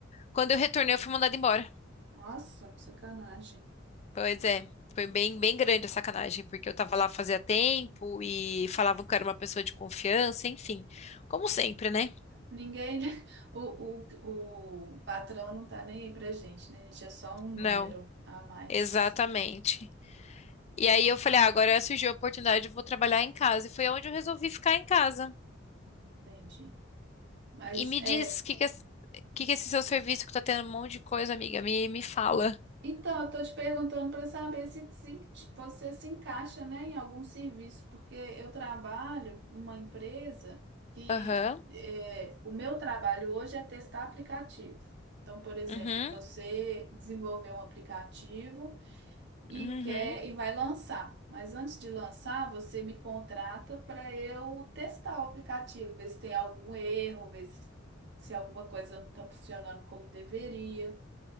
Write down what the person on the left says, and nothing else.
quando eu retornei eu fui mandada embora.
Pois é, foi bem, bem grande a sacanagem, porque eu tava lá fazia tempo e falavam que eu era uma pessoa de confiança, enfim, como sempre, né?
Não,
exatamente. E aí eu falei, ah, agora surgiu a oportunidade, eu vou trabalhar em casa. E foi onde eu resolvi ficar em casa.
E me
diz, o que que, es- que que é esse seu serviço que tá tendo um monte de coisa, amiga, me, me fala.
Aham,
uhum,
uhum.